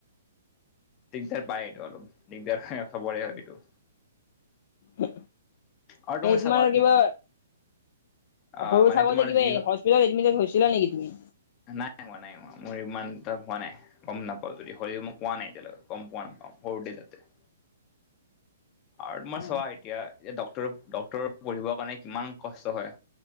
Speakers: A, on the left (about 30°); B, on the left (about 50°).
A: দিগদাৰ পায় এইটো অলপ দিগদাৰ হয় সবৰে হয় এইটো।
B: হু
A: আৰু তুমি
B: এই তোমাৰ
A: চাবা
B: কিবা
A: আহ
B: সৰু
A: মানে
B: থাকোতে
A: তোমাৰ
B: কিবা
A: যি
B: হস্পিতত এডমিটেড হৈছ দিলা নেকি তুমি?
A: নাইহোৱা নাইহোৱা মোৰ ইমান এটা হোৱা নাই গম নাপাওঁ যদি শৰি মই কোৱা নাই এতিয়ালৈক গম পোৱা নাপাওঁ সৰুতে যাতে। <inaudible> আৰু তোমাৰ
B: অ
A: চোৱা এতিয়া ডক্টৰ -ডক্টৰ পঢ়িবৰ কাৰণে কিমান কষ্ট হয়।